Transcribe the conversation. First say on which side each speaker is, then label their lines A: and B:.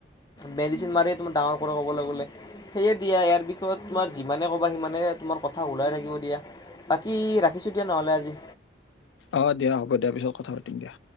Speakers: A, on the left; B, on the left.
A: মেডচিন মাৰিয়ে তোমাৰ ডাঙৰ কৰা ক'বলৈ গ'লে সেয়ে দিয়া ইয়াৰ বিষয়ত তোমাৰ যিমানে কবা সিমানে তোমাৰ কথা ওলাই থাকিব দিয়া। বাকী ৰাখিছো দিয়া নহ'লে আজি।
B: অ', দিয়া হ'ব দিয়া। পিছত কথা পাতিম দিয়া।